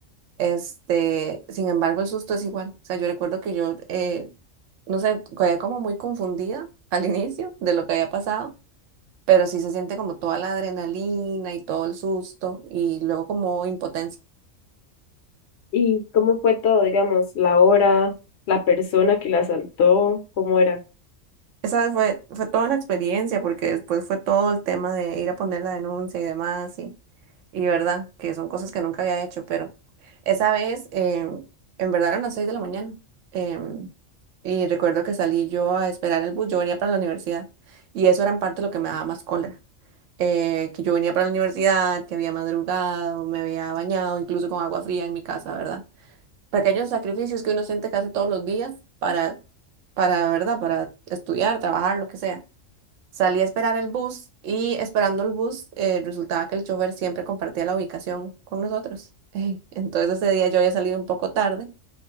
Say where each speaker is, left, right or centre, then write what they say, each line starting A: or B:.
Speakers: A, on the right (about 70°); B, on the left (about 60°).
A: Este, sin embargo, el susto es igual. O sea, yo recuerdo que yo, eh, no sé, quedé como muy confundida <laughs> al inicio de lo que había pasado, pero sí se siente como toda la adrenalina y todo el susto y luego como impotencia.
B: ¿Y cómo fue todo, digamos, la hora, la persona que la asaltó, cómo era?
A: Esa vez fue, fue toda una experiencia porque después fue todo el tema de ir a poner la denuncia y demás y, y verdad, que son cosas que nunca había hecho, pero esa vez eh, en verdad eran las seis de la mañana em, y recuerdo que salí yo a esperar el bus, yo venía para la universidad y eso era en parte lo que me daba más cólera, eh, que yo venía para la universidad, que había madrugado, me había bañado incluso con agua fría en mi casa, ¿verdad? pequeños sacrificios que uno siente que hace todos los días para, para, ¿verdad? Para estudiar, trabajar, lo que sea. Salí a esperar el bus y esperando el bus eh, resultaba que el chofer siempre compartía la ubicación con nosotros. <laughs> Ey, Entonces ese día yo había salido un poco tarde